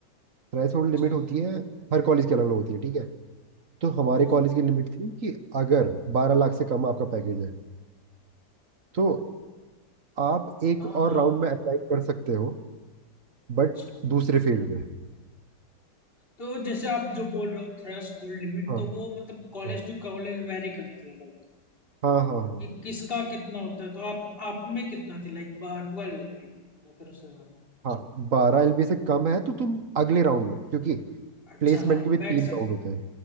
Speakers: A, on the right; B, on the left.
A: थ्रेशोल्ड
B: अच्छा
A: लिमिट होती है हर कॉलेज की अलग अलग होती है ठीक है तो हमारे
B: अच्छा अच्छा
A: कॉलेज की लिमिट थी कि अगर बारह लाख से कम आपका पैकेज है तो आप एक
B: हाँ
A: और
B: हाँ
A: राउंड में अप्लाई कर सकते हो बट
B: अच्छा
A: दूसरे फील्ड में
B: तो जैसे आप जो बोल रहे हो थ्रेश होल्ड लिमिट
A: हाँ
B: तो वो मतलब कॉलेज
A: हाँ
B: टू कॉलेज वेरी करती है लाइक
A: हाँ हाँ हाँ
B: कि किसका कितना होता है तो आप आप में कितना थी लाइक ट्वेल्व एलपी या फिर उससे ज्यादा
A: हाँ बारह एलबी से कम है तो तुम अगले राउंड में क्योंकि
B: अच्छा
A: प्लेसमेंट
B: हाँ
A: के भी तीन
B: बैठ सकते
A: राउंड होते हैं